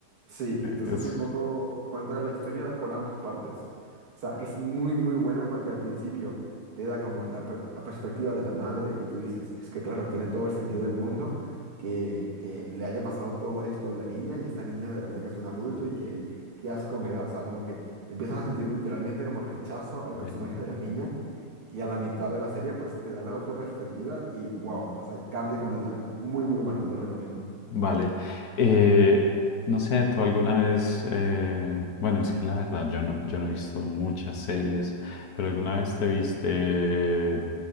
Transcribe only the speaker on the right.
Sí, y entonces
un poco cuenta la historia por ambas partes. O sea, es muy, muy buena porque al principio te da como la, per- la perspectiva de la madre y tú dices, es que claro, tiene todo el sentido del mundo que, que le haya pasado todo esto a la niña y esta niña de verdad que es un adulto y que qué asco me da. O sea, como que empiezas a sentir literalmente como rechazo al
personaje de la niña y a la mitad de la serie pues te da la otra perspectiva y wow, o sea, cambia completamente. Muy, muy buena, te lo recomiendo.